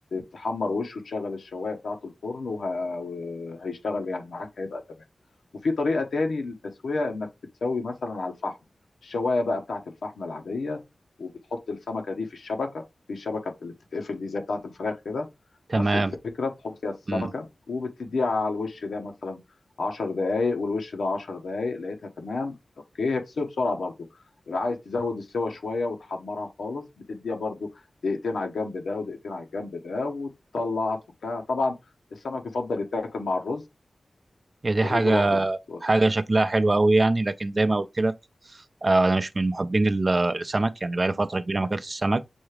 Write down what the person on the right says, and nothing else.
تمام
امم
هي دي حاجة
حاجة شكلها حلو قوي يعني لكن زي ما قلت لك آه انا مش من محبين ال- السمك يعني بقالي فترة كبيرة ما
اكلتش السمك